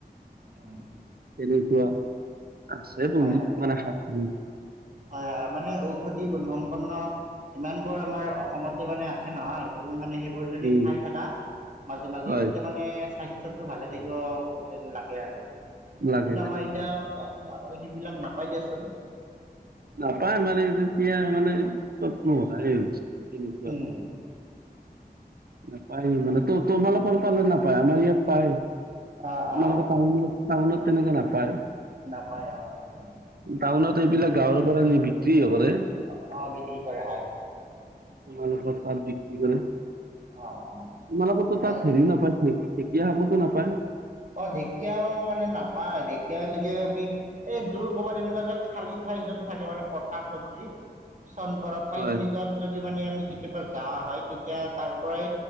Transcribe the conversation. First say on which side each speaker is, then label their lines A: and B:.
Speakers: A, on the right; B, on the right.
A: উম।
B: তেনেকুৱা, আছে
A: হয়
B: বহুত
A: হয়
B: মানে <unintelligible>
A: হয় হয় মানে ঔষধি গুণসম্পন্ন, ইমান বোৰ আমাৰ অসমত মানে আছে নহয় তুমি মানে সেইবোৰ যদি
B: উম,
A: খাই থাকা, মাজে মাজে
B: হয়
A: মানে স্বাস্থ টো ভালে থাকিব যেন লাগে আৰু,
B: লাগে
A: কিন্তু
B: লাগে
A: আমাৰ এতিয়া গুৱাহাট তি বিলাক নাপাই দিয়াচোন।
B: নাপায় মাৰ যেতিয়া মানে সত্নোহ এনেকুৱা।
A: উম,
B: নাপায় মানে তো তোমালকৰ পালে নাপায় আমাৰ ইয়াত পায়।
A: অ',
B: তোমালোকৰ
A: অ',
B: টাউনত টাউনত তেনেকৈ নাপায়।
A: নাপায়, হয় হয়।
B: টাউনত এইবিলাক গাঁৱৰ পৰা নি বিক্ৰী কৰে।
A: অ' বিক্ৰী কৰে হয়।
B: তোমালোকৰ
A: ঠিকেই
B: তাত বিক্ৰী কৰে,
A: অ', অ',
B: তোমালোকৰ
A: আজি
B: তাত হেৰি নাপাই ঢেকীয়া হাকতো নাপায়?
A: অ' ঢেকীয়াও মানে নাপায়, ঢেকীয়া চাগে আমি এই দূৰ কবাত তেনেকুৱা যে খালী ঠাই যত থাকে মানে পথাৰ স্ৰী চনপৰা ঠাইখিনিকাত
B: হয়
A: যদি মানে আমি কেতিয়াবা যাৱা হয় তেতিয়া তাৰ পৰাই